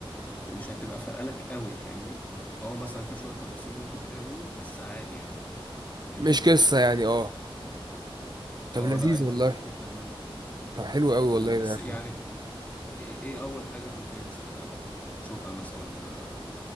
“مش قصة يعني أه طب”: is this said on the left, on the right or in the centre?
Right